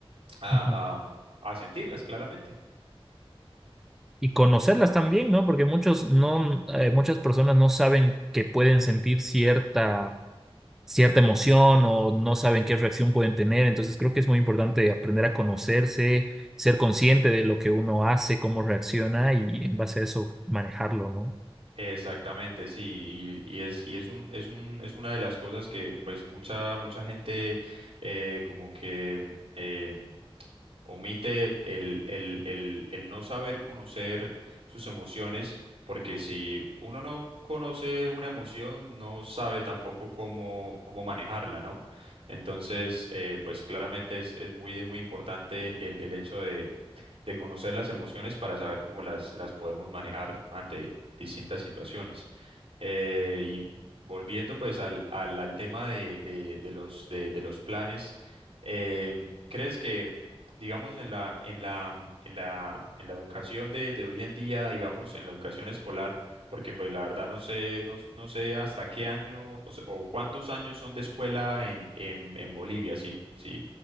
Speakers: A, on the right; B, in the centre.
A: a,
B: Ujú.
A: a a sentirlas claramente.
B: Y conocerlas también, ¿no? Porque muchos no, eh, muchas personas no saben que pueden sentir cierta cierta emoción o no saben qué reacción pueden tener. Entonces creo que es muy importante aprender a conocerse, ser consciente de lo que uno hace, cómo reacciona y en base a eso manejarlo, ¿no?
A: Exactamente, sí, y, y es y es un es un es una de las cosas que pues mucha mucha gente eh, como que mm, eh, omite el, el el el no saber conocer sus emociones, porque si uno no conoce una emoción, no sabe tampoco cómo cómo manejarla, ¿no? Entonces, eh, pues claramente es es muy es muy importante el el hecho de de conocer las emociones para saber cómo las, las podemos manejar ante distintas situaciones. Eh, y volviendo pues al, al, al tema de, de, de los, de, de los planes, em, ¿crees que, digamos, en la, en la, en la, en la educación de, de hoy en día, digamos, en la educación escolar, porque pues la verdad no sé, no, no sé hasta qué año o, se- o cuántos años son de escuela en, en, en Bolivia, si, si